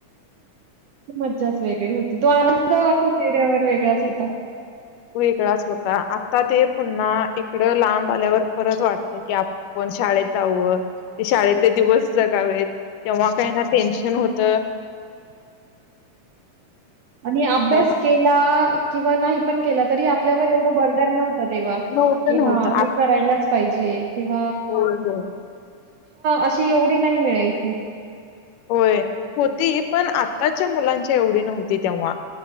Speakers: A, on the right (about 70°); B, on the left (about 85°).
A: मज्जाच वेगळी होती तो आनंद असा चेहऱ्यावर वेगळाच होता
B: त वेगळाच होता आता ते पुन्हा इकडं लांब आल्यावर परत वाटत की आप शाळेत जाव ते शाळेतले दिवस जगावेत तेव्हा काही ना टेन्शन होत
A: <inaudible> आणि अभ्यास
B: अ
A: केला किंवा नाही पण केला तरी आपल्यावर एवढं वरदान नव्हत
B: नव्हतं, नव्हतं
A: ह
B: आत
A: करायलाच पाहिजे किं
B: होय, होय.
A: अशी एवढी नाही मिची
B: होय. होती पण आताच्या मुलांच्या एवढी नव्हती तेव्हा